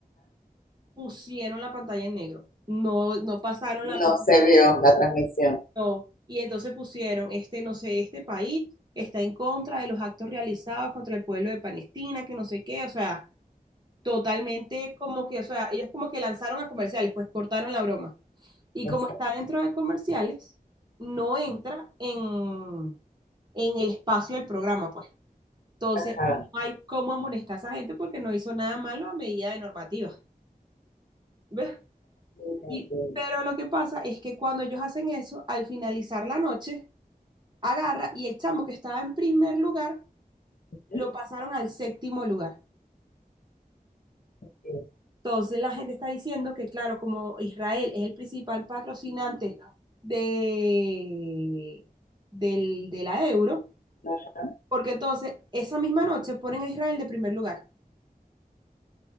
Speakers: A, on the right; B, on the left.
A: pusieron la pantalla en negro. No, no pasaron
B: No
A: la presentación.
B: se vio la transmisión.
A: no. Y entonces pusieron, este, no sé, este país está en contra de los actos realizados contra el pueblo de Palestina, que no sé qué, o sea. totalmente como que, o sea, ellos como que lanzaron a comerciales, pues cortaron la broma. Y
B: Exacto.
A: como está dentro de comerciales, no entra en, en el espacio del programa, pues. Entonces,
B: Ajá.
A: no hay cómo amonestar a esa gente porque no hizo nada malo a medida de normativa. ¿Ves?
B: Mira
A: Y,
B: que-
A: pero lo que pasa es que cuando ellos hacen eso, al finalizar la noche, agarra y el chamo que estaba en primer lugar,
B: ujú,
A: lo pasaron al séptimo lugar.
B: que-
A: Entonces la gente está diciendo que, claro, como Israel es el principal patrocinante de, del- de la euro,
B: Ajá.
A: porque entonces esa misma noche ponen a Israel de primer lugar.